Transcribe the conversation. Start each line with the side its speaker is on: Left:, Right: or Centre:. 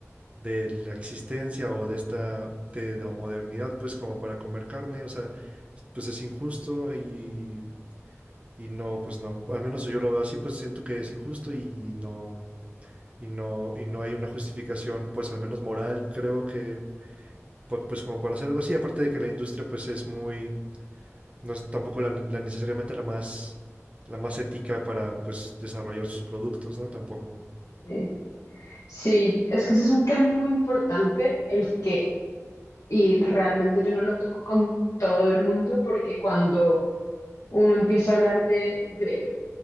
Right: de la existencia o de esta, de, de la modernidad, pues como para comer carne, o sea, pues es injusto y, y no, pues no, al menos yo lo veo así, pues siento que es injusto y no, y no, y no hay una justificación, pues al menos moral, creo que, pues, pues como para hacer algo así, aparte de que la industria pues es muy no es tampoco la, la necesariamente la más, la más ética para pues desarrollar sus productos, ¿no? Tampoco.
Left: Sí. Sí, es que ese es un tema muy importante, el que, y realmente yo no lo toco con todo el mundo, porque cuando uno empieza a hablar de, de,